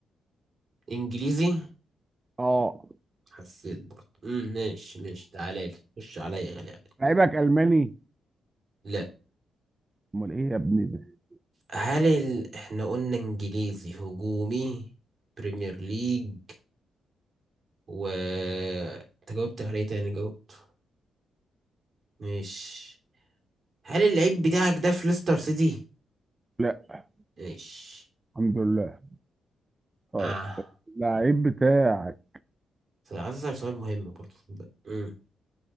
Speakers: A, on the right; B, on the right.
A: انجليزي
B: اه
A: حسيت برضه مم، ماشي ماشي تعالى لي خش عليا غالي عليا
B: لعيبك الماني
A: لا
B: امال ايه يا ابني ده
A: هل ال... احنا قلنا انجليزي هجومي بريمير ليج و انت جاوبت عليه تاني جاوبت ماشي هل اللعيب بتاعك ده في ليستر سيتي
B: لا
A: ماشي
B: الحمد لله طيب
A: اه
B: اللعيب بتاعك
A: عايز اسأل سؤال مهم برضه صدق. مم.